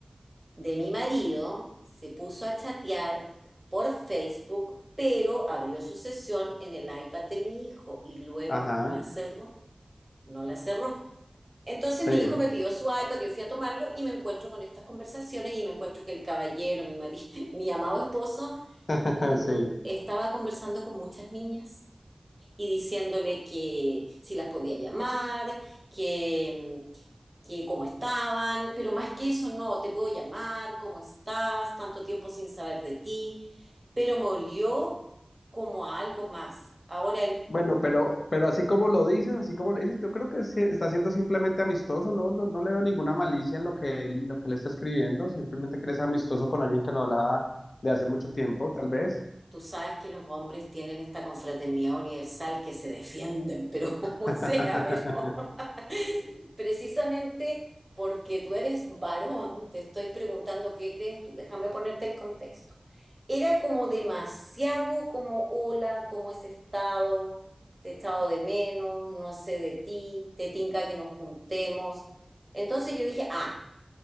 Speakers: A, on the right (about 25°); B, on the left (about 85°).
A: de mi marido se puso a chatear por Facebook, pero abrió su sesión en el iPad de mi hijo y luego
B: ajá,
A: no la cerró, no la cerró. Entonces
B: sí,
A: mi hijo me pidió su iPad, yo fui a tomarlo y me encuentro con estas conversaciones y me encuentro que el caballero, mi mari- <laughs> mi amado esposo,
B: <laughs>
A: mm,
B: sí.
A: estaba conversando con muchas niñas y diciéndole que si las podía llamar, que, mm, que cómo estaban, pero más que eso, no, te puedo llamar, cómo estás, tanto tiempo sin saber de ti, pero me olió como a algo más. Ahora él
B: Bueno, pero, pero así como lo dices, así como le dices, yo creo que sí está siendo simplemente amistoso, ¿no? No, no le veo ninguna malicia en lo que, él- lo que le está escribiendo, simplemente que eres amistoso con alguien que no hablaba de hace mucho tiempo, tal vez.
A: Tú sabes que los hombres tienen esta confraternidad universal que se defienden, pero <laughs> como
B: <laughs>
A: sea, pero <laughs> precisamente porque tú eres varón, te estoy preguntando qué crees tú. Déjame ponerte el contexto. Era como demasiado como hola, cómo has estado, te he echado de menos, no sé de ti, te tinca que nos juntemos. Entonces yo dije, ah,